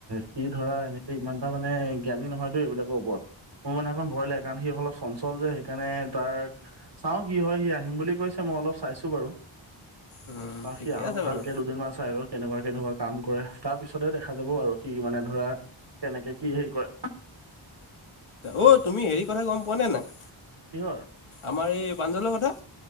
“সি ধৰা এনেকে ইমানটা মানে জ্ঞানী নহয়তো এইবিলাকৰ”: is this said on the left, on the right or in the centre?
Right